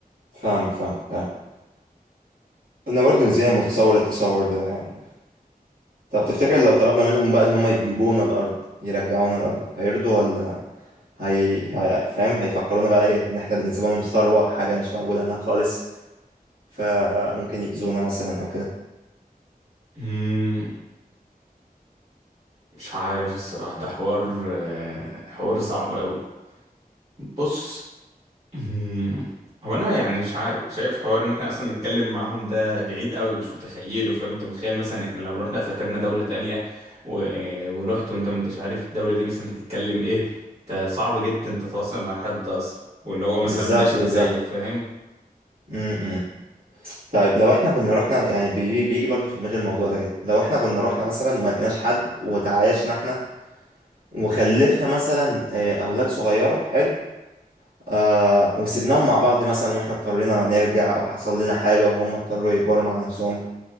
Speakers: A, on the right; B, on the right.
A: فاهمك فاهمك فاهمك انا برضو نسبيا متصور التصور ده يعني طب تفتكر لو طلبنا منهم بقى ان هم يجيبونا الارض يرجعونا الارض هيرضوا ولا هي... هي... فاهم هيفكرونا بقى ايه ان احنا بالنسبه لهم ثروه حاجه مش موجوده هناك خالص فممكن يأذونا مثلا او كده
B: مم، مش عارف الصراحة ده حوار آه، حوار صعب قوي بص مم، هو انا يعني مش عارف شايف حوار ان احنا اصلا نتكلم معاهم ده بعيد قوي مش متخيله فاهم انت متخيل مثلا احنا لو رحنا سافرنا دولة تانية و- ورحت وانت ما انتش عارف الدولة دي مثلا بتتكلم ايه انت صعب جدا تتواصل مع حد اصلا واللي هو مثلا
A: بالظبط
B: بشري
A: بالظبط
B: زيك فاهم
A: م- م. طيب لو احنا كنا رحنا يعني بي- بيجي برضو في دماغي الموضوع ده كده لو احنا كنا رحنا مثلا وما لقيناش حد وتعايشنا احنا وخلفنا مثلا آه، اولاد صغيره حلو آه وسيبناهم مع بعض مثلا واحنا اضطرينا نرجع او حصل لنا حاجه وهم اضطروا يكبروا مع نفسهم